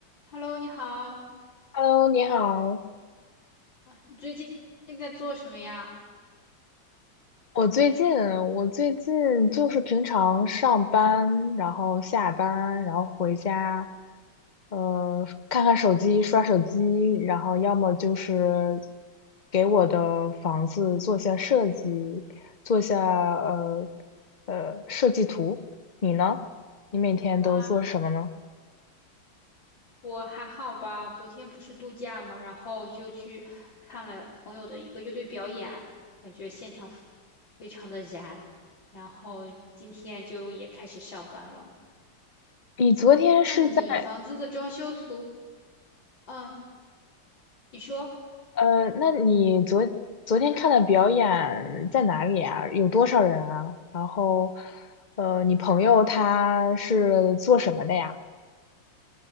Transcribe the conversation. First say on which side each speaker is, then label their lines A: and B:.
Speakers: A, on the left; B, on the left.
A: Hello，你好啊，
B: Hello，你好。
A: 你最近在做什么呀？
B: 我最近，我最近就是平常上班，然后下班，然后回家，呃，看看手机，刷手机，然后要么就是给我的房子做下设计，做下呃呃设计图。你呢？你每天都做什么呢？
A: 啊，我还好吧，昨天不是度假嘛，然后就去看了朋友的一个乐队表演，感觉现场非常的燃，然后今天就也开始上班了。
B: 你昨天是在
A: 那你房子的装修图，嗯，你说。
B: 呃，那你昨昨天看的表演在哪里啊？有多少人啊？然后，呃，你朋友他是做什么的呀？